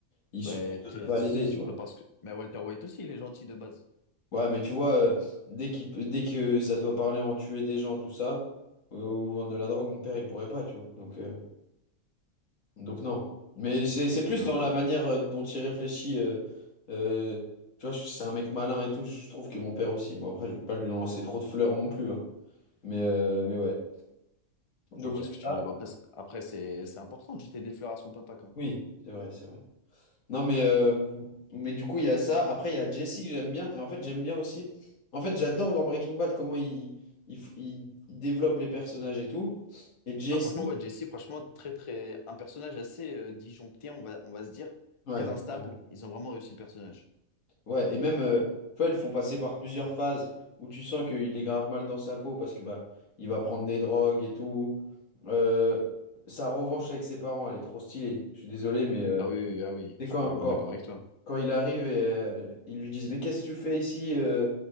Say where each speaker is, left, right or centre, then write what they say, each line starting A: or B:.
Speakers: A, on the left; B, on the left.
A: il supporterait
B: Ben, t'es-
A: pas
B: c'est
A: l'idée, tu vois.
B: pas parce que. Mais Walter White aussi, il est gentil de base.
A: Ouais, mais tu vois, euh, dès qu'il, peut- dès que ça doit parler en tuer des gens, tout ça, euh, ou vendre de la drogue, mon père, il pourrait pas, tu vois, donc, euh, donc non. Mais c'est, c'est plus
B: Je,
A: dans la manière euh, dont il réfléchit, euh, euh, tu vois, c'est un mec malin et tout, je trouve que mon père aussi, bon après, je veux pas lui lancer trop de fleurs non plus, hein. Mais, euh, mais ouais. Donc
B: je vois
A: il y
B: ce
A: a
B: que tu
A: ça.
B: veux dire. Bon, Après, c'est- après c'est c'est important de jeter des fleurs à son papa quand même.
A: Oui, c'est vrai, c'est vrai. Non, mais, euh, mais du coup, il y a ça. Après, il y a Jesse que j'aime bien. Et en fait, j'aime bien aussi. En fait, j'adore dans Breaking Bad comment il, il, f- il- il développe les personnages et tout. Et Jesse.
B: Ah, franchement, ouais, Jesse, franchement, très très un personnage assez euh, disjoncté, on va on va se dire,
A: Ouais,
B: très instable.
A: clairement.
B: Ils ont vraiment réussi le personnage.
A: Ouais, et même, euh, tu vois, ils le font passer par plusieurs phases où tu sens qu'il est grave mal dans sa peau parce que bah, il va prendre des drogues et tout. Euh, sa revanche avec ses parents, elle est trop stylée. Je suis désolé, mais euh,
B: Ah oui, oui, ah oui,
A: c'est
B: je
A: quand,
B: suis complètement
A: quand,
B: d'accord avec toi.
A: Quand il arrive et euh, ils lui disent, Mais qu'est-ce que tu fais ici? Euh,